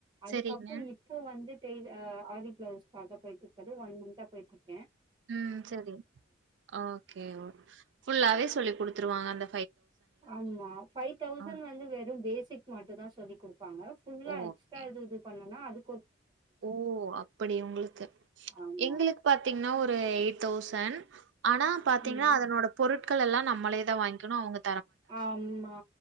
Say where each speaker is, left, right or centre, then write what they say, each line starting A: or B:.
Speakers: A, on the right; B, on the right.
A: அதுக்கப்புற
B: சரிங்க.
A: இப்போ வந்து டெய் ஆ ஆரி ப்ளவுஸுக்காக போயிட்டு இருக்கது ஒன் மந்த்தா போயிட்டுருக்
B: ம் செரி ஓகே ஃபுல்லாவே சொல்லி் குடுத்துருவாங்க அந்த
A: ஆமா ஃபைவ் தௌசண்ட்
B: ஆ
A: வந்து வெறு பேசிக் மட்டுந்தா சொல்லிக் குடு ப்பாங்க ஃபுல்லா
B: ஓகே.
A: எக்ஸ்ட்ரா இது இது பண்ணோனா அதுக்
B: ஓ அப்பிடி உங்களுக்கு
A: ஆமா.
B: எங்களுக்கு பாத்தீங்கன்னா ஒரு எயிட் தௌசண்ட் ஆனா பாத்தீங்கன்னா
A: ம்.
B: அதனோட பொருட்கள் எல்லா நம்மளேதா வாங்கிக்கணு அவுங்க
A: ஆம்மா